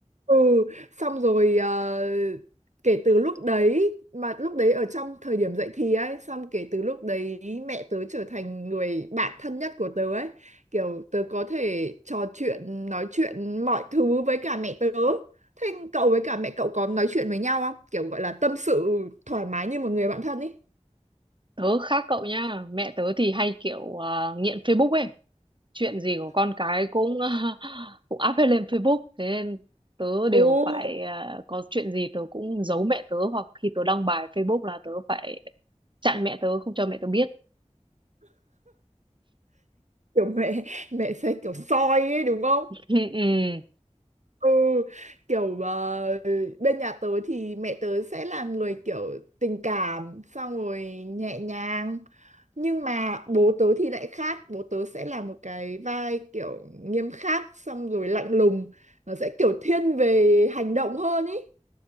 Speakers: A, on the right; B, on the right.
A: ừ xong rồi ờ, kể từ lúc đấy mà lúc đấy ở trong thời điểm dậy thì ấy xong kể từ lúc đấy mẹ tớ trở thành người bạn thân nhất của tớ ấy kiểu tớ có thể trò chuyện nói chuyện mọi thứ với cả mẹ tớ thế cậu với cả mẹ cậu có nói chuyện với nhau không kiểu gọi là tâm sự thoải mái như một người bạn thân ấy
B: tớ khác cậu nha mẹ tớ thì hay kiểu à, nghiện Facebook ấy chuyện gì của con cái cũng <laughs> cũng up hết lên Facebook thế nên tớ đều
A: Ồ,
B: phải à, có chuyện gì tớ cũng giấu mẹ tớ hoặc khi tớ đăng bài Facebook là tớ phải chặn mẹ tớ không cho mẹ tớ biết
A: kiểu mẹ mẹ sẽ kiểu soi ấy đúng không
B: <laughs> ừ, ừ.
A: ừ kiểu ờ, bên nhà tớ thì mẹ tớ sẽ là người kiểu tình cảm xong rồi nhẹ nhàng nhưng mà bố tớ thì lại khác bố tớ sẽ là một cái vai kiểu nghiêm khắc xong rồi lạnh lùng nó sẽ kiểu thiên về hành động hơn ý